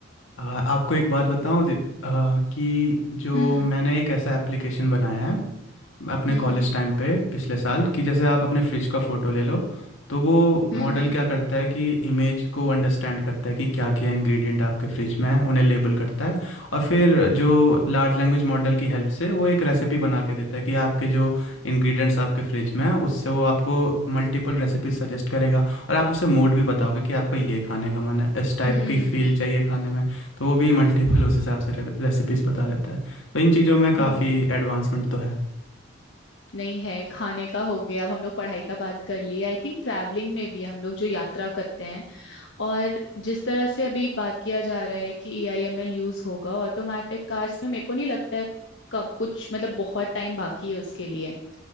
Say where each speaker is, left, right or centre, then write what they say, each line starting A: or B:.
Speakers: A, on the left (about 80°); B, on the left (about 65°).
A: आ, आपको एक बात बताऊं दि- आ, कि जो
B: हम्म
A: मैंने एक ऐसा एप्लीकेशन बनाया है अपने
B: हम्म
A: कॉलेज
B: हम्म
A: टाइम पे पिछले साल कि जैसे आप अपने फ्रिज का फ़ोटो ले लो तो वो
B: हम्म
A: मॉडल क्या करता है कि इमेज को अंडरस्टैंड करता है कि क्या क्या इंग्रेडिएंट आपके फ्रिज में है उन्हें लेबल करता है और फिर जो लार्ज लैंग्वेज मॉडल की हेल्प से वो एक रेसिपी बना के देता है कि आपके जो इंग्रेडिएंट्स आपके फ्रिज में है उससे वो आपको मल्टीपल रेसिपीज सजेस्ट करेगा और आप उसे मूड भी बताओगे कि आपका ये खाने का मन है इस टाइप
B: हम्म
A: की फील
B: हम्म,
A: चाहिए खाने में तो वो भी <laughs> मल्टीपल उस हिसाब से रेसिपीज बता देता है तो इन चीज़ों में काफ़ी
B: हम्म।
A: एडवांसमेंट तो है
B: नहीं है खाने का हो गया अब हम लोग पढ़ाई का बात कर ली आई थिंक ट्रैवलिंग में भी हम लोग जो यात्रा करते हैं और जिस तरह से अभी बात किया जा रहा है कि ए आई एम एल यूज होगा ऑटोमेटिक कार्स में मेरे को नहीं लगता है कब कुछ मतलब बहुत टाइम बाकी है उसके लिए